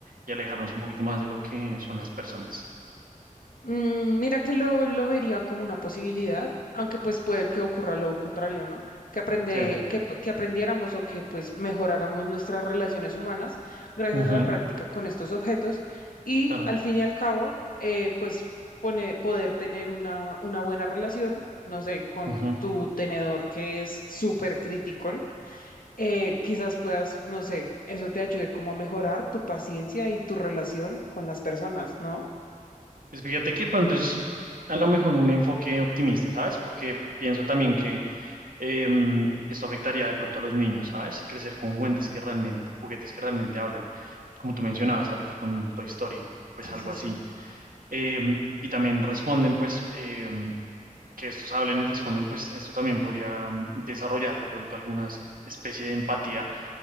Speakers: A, on the right (about 85°); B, on the left (about 85°).
A: Y alejarnos un poquito más de lo que son las personas.
B: Mm, mira que lo, lo vería como una posibilidad, aunque pues puede que ocurra lo contrario, ¿no? Que aprende,
A: Sí.
B: que, p- que aprendiéramos o que pues mejoráramos nuestras relaciones humanas gracias
A: Ujú,
B: a la práctica con estos objetos y
A: claro.
B: al fin y al cabo, eh, pues pone- poder tener una, una buena relación, no sé, con
A: ujú.
B: tu tenedor que es súper criticón, eh, quizás puedas, no sé, eso te ayude como a mejorar tu paciencia y tu relación con las personas, ¿no?
A: Pues fíjate que pronto es a lo mejor un enfoque optimista, ¿sabes? Porque pienso también que eh, esto afectaría de pronto a los niños, ¿sabes? Crecer con juguetes que realmente, juguetes que realmente hablan, como tú mencionabas ahorita con Toy Story, pues
B: Sí,
A: algo
B: sí,
A: así.
B: sí.
A: Eh, y también responden, pues, eh, que estos hablen y responden, pues esto también podría mm, desarrollar de pronto alguna especie de empatía